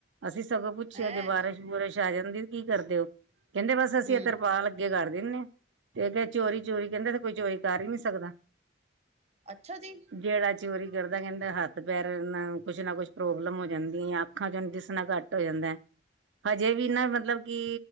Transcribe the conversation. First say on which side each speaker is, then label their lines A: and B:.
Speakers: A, on the right; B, on the right.
A: ਅਸੀਂ ਸਗੋਂ ਪੁੱਛਿਆ
B: ਹੈਂ
A: ਜੇ' ਬਾਰਿਸ਼ ਬੁਰਿਸ਼ ਆ ਜਾਂਦੀ ਕੀ ਕਰਦੇ ਹੋ? ਕਹਿੰਦੇ ਬਸ ਅਸੀਂ
B: ਹੂੰ
A: ਇਹ ਤਰਪਾਲ ਅੱਗੇ ਕਰ ਦਿੰਦੇ ਆ ਤੇ ਕ ਚੋਰੀ-ਚੋਰੀ ਕਹਿੰਦਾ ਤੇ ਕੋਈ ਚੋਰੀ ਕਰ ਹੀ ਨੀ ਸਕਦਾ
B: ਅੱਛਾ ਜੀ?
A: ਜੇੜਾ ਚੋਰੀ ਕਰਦਾ ਕਹਿੰਦਾ ਹੱਥ ਪੈਰ ਨਾ ਕੁੱਛ ਨਾ ਕੁਛ ਪ੍ਰੋਬਲਮ ਹੋ ਜਾਂਦੀ ਅੱਖਾਂ ਚੋਂ ਉਹਨੂੰ ਦਿਸਣਾ ਘੱਟ ਹੋ ਜਾਂਦੇ। ਹਜੇ ਵੀ ਨਾ ਮਤਲਬ ਕਿ